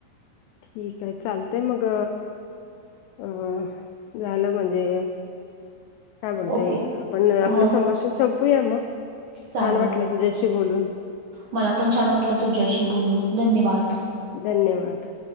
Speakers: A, on the left (about 85°); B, on the right (about 65°).
A: ठीक आहे चालतय मग अ झालं म्हणजे काय बोलते
B: ओके.
A: आपण आपलं
B: ह
A: संभाषण संपूया मग
B: चालेल.
A: छान वाटलं तुझ्याशी बोलून
B: मला पण छान वाटलं तुझ्याशी बोलून धन्यवाद
A: धन्यवाद